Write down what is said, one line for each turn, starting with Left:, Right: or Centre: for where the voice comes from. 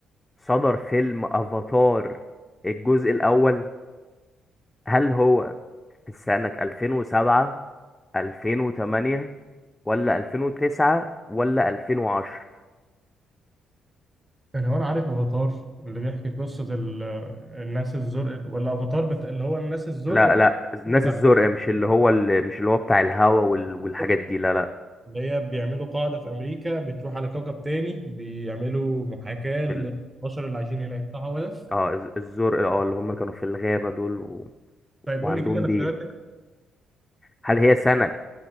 Left: صدر فيلم افاتار الجزء الاول هل هو في سنة 2007 2008 ولا 2009 ولا 2010
Right: يعني هو انا عارف افاتار اللي بيحكي قصة ال- الناس الزرق ولا افاتار بت... اللي هو الناس الزرق
Left: لا لا الناس
Right: والأفاتار بتاع
Left: الزرق مش اللي هو اللي مش اللي هو بتاع الهوا وال... والحاجات
Right: الزرق
Left: دي لا لا
Right: اللي هي بيعملوا قاعدة في امريكا بتروح على كوكب تاني بيعملوا محاكاة للبشر
Left: ال...
Right: اللي عايشين هناك صح هو ده؟
Left: اه الز- الزرق اه اللي هم كانوا في الغابة دول و...
Right: طيب
Left: وعندهم
Right: قول لي كده الاختيارات
Left: ديل هل هي سنة